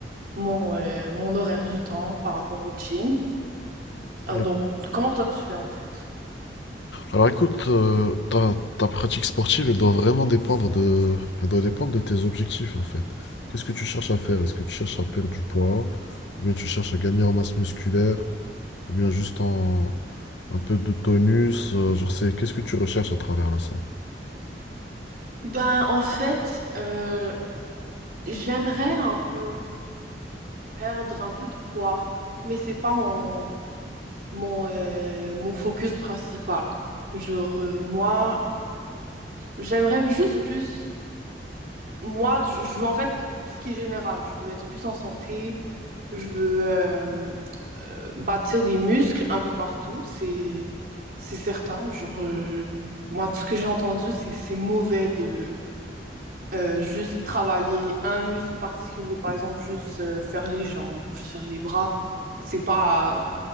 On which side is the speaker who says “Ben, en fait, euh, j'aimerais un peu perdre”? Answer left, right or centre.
Right